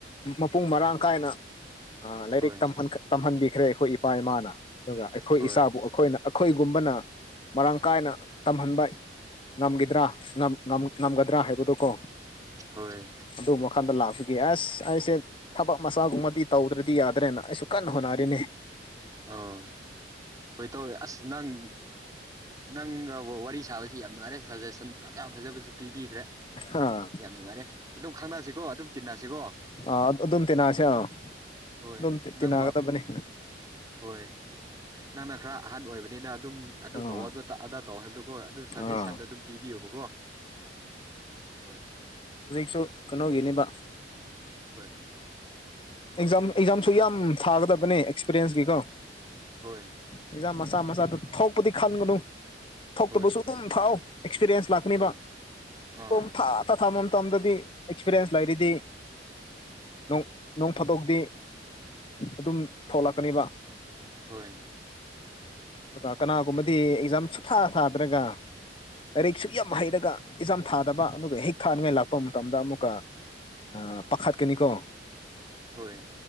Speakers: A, on the left; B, on the right.
A: ꯃꯄꯨꯡ ꯃꯔꯥꯡ ꯀꯥꯏꯅ ꯑ ꯂꯥꯏꯔꯤꯛ
B: ꯍꯣꯏ
A: ꯇꯝꯍꯟ ꯇꯝꯍꯟꯕꯤꯈ꯭ꯔꯦ ꯑꯩꯈꯣꯏ ꯏꯄꯥ ꯏꯃꯥꯅ ꯑꯗꯨꯒ ꯑꯩꯈꯣꯏ
B: ꯍꯣꯏ
A: ꯏꯁꯥꯕꯨ ꯑꯩꯈꯣꯏꯅ ꯑꯩꯈꯣꯏꯒꯨꯝꯕꯅ ꯃꯔꯥꯡ ꯀꯥꯏꯅ ꯇꯝꯍꯟꯕ ꯉꯝꯈꯤꯗ꯭ꯔꯥ ꯉꯝꯒꯗ꯭ꯔꯥ ꯍꯥꯏꯕꯗꯨ ꯀꯣ
B: ꯍꯣꯏ
A: ꯑꯗꯨ ꯋꯥꯈꯟꯗ ꯂꯥꯛꯄꯒꯤ ꯑꯁ ꯑꯩꯁꯦ ꯃꯁꯥꯒꯨꯝꯕꯗꯤ ꯇꯧꯗ꯭ꯔꯗꯤ ꯌꯥꯗ꯭ꯔꯦꯅ ꯑꯩꯁꯨ ꯀꯟꯅ ꯍꯣꯠꯅꯔꯤꯅꯦ
B: ꯑꯣ ꯍꯣꯏ ꯇꯧꯋꯦ ꯑꯁ ꯅꯪ ꯅꯪꯒ ꯋꯥꯔꯤ ꯁꯥꯕꯁꯤ ꯌꯥꯝ ꯅꯨꯡꯉꯥꯏꯔꯦ ꯁꯖꯦꯁꯟ ꯐꯖ ꯐꯖꯕꯁꯨ ꯄꯤꯕꯤꯈ꯭ꯔꯦ
A: ꯑꯥ
B: ꯌꯥꯝ ꯅꯨꯡꯉꯥꯏꯔꯦ ꯑꯗꯨꯝ ꯈꯪꯅꯁꯤꯀꯣ ꯑꯗꯨꯝ ꯇꯤꯟꯅꯁꯤꯀꯣ
A: ꯑꯥ ꯑꯗꯨꯝ ꯇꯤꯟꯅꯁꯦ ꯑꯥ
B: ꯍꯣꯏ
A: ꯑꯗꯨꯝ
B: ꯅꯪꯅꯕꯨ
A: ꯇꯤꯟꯅꯒꯗꯕꯅꯤ
B: ꯍꯣꯏ ꯅꯪꯅ ꯈ꯭ꯔ ꯑꯍꯟ ꯑꯣꯏꯕꯅꯤꯅ ꯑꯗꯨꯝ ꯑꯗꯨ
A: ꯑꯥ
B: ꯇꯧ ꯑꯗꯨ ꯑꯗꯥ ꯇꯧ ꯍꯥꯏꯕꯗꯨꯀꯣ ꯑꯗꯨ ꯁꯖꯦꯁꯟꯗꯣ
A: ꯑꯥ
B: ꯑꯗꯨꯝ ꯄꯤꯕꯤꯌꯣꯕꯀꯣ ꯍꯣꯏ
A: ꯍꯨꯖꯤꯛꯁꯨ ꯀꯅꯣꯒꯤꯅꯦꯕ
B: ꯍꯣꯏ
A: ꯑꯦꯛꯖꯥꯝ ꯑꯦꯛꯖꯥꯝꯁꯨ ꯌꯥꯝ ꯁꯥꯒꯗꯕꯅꯦ ꯑꯦꯛꯁꯄꯔꯦꯟꯁꯒꯤꯀꯣ
B: ꯍꯣꯏ
A: ꯍꯖꯥ ꯃꯆꯥ ꯃꯆꯥꯗꯣ ꯊꯣꯛꯄꯗꯤ ꯈꯟꯒꯅꯨ ꯊꯣꯛꯇꯕꯁꯨ
B: ꯍꯣꯏ
A: ꯑꯗꯨꯝ ꯊꯥꯎ ꯑꯦꯛꯁꯄꯔꯤꯌꯦꯟꯁ ꯂꯥꯛꯀꯅꯤꯕ
B: ꯍꯣꯏ ꯑꯥ
A: ꯄꯨꯡꯊꯥ ꯊꯝꯕ ꯃꯇꯝꯗꯗꯤ ꯑꯦꯛꯁꯄꯔꯤꯌꯦꯟꯁ ꯂꯩꯔꯤꯗꯤ ꯅꯣꯡ ꯇꯛ ꯅꯣꯡꯐꯥꯗꯣꯛꯗꯤ ꯑꯗꯨꯝ ꯊꯣꯛꯂꯛꯀꯅꯤꯕ
B: ꯍꯣꯏ
A: ꯕꯇꯥ ꯀꯅꯥꯒꯨꯝꯕꯗꯤ ꯑꯦꯛꯖꯥꯝ ꯁꯨꯊꯥ ꯊꯥꯗ꯭ꯔꯒ ꯂꯥꯏꯔꯤꯛ ꯁꯨꯛ ꯌꯥꯝ ꯍꯩꯔꯒ ꯑꯦꯛꯖꯥꯝ ꯊꯥꯗꯕ ꯑꯗꯨꯒ ꯍꯦꯛ ꯊꯥꯅꯤꯡꯉꯥꯏ ꯂꯥꯛꯄ ꯃꯇꯝꯗ ꯑꯃꯨꯛꯀ ꯑ ꯄꯥꯈꯠꯀꯅꯤꯀꯣ
B: ꯍꯣꯏ